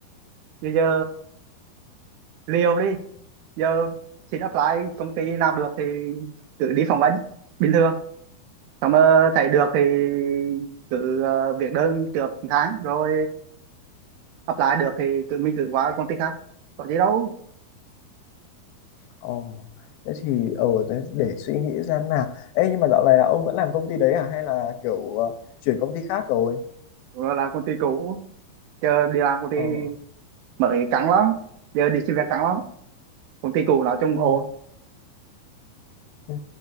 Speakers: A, on the right; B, on the left.
A: bây giờ liều đi giờ xin apply công ty nào được thì cứ đi phỏng vấn bình thường xong mà thấy được thì cứ ờ, việc đơn trước một tháng rồi apply được thì cứ mình cứ qua công ty khác có gì đâu
B: ồ thế thì ờ thế để suy nghĩ xem nào ê nhưng mà dạo này là ông vẫn làm công ty đấy à hay là kiểu ờ, chuyển công ty khác rồi
A: rồi làm công ty cũ chờ đi làm công ty
B: ờ
A: Mỹ căng lắm giờ đi xin việc căng lắm công ty cũ nói chung
B: ừ
A: ồ
B: Ừ.